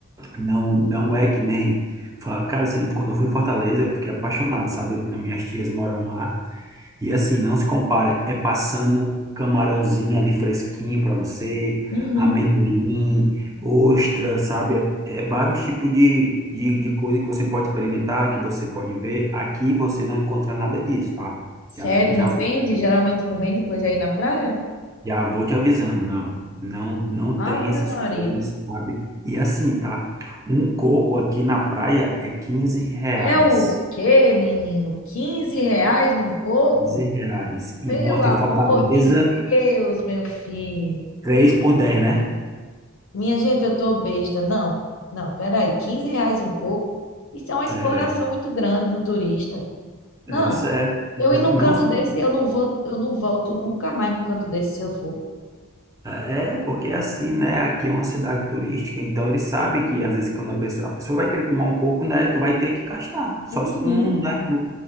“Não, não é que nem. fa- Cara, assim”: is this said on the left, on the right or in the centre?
Right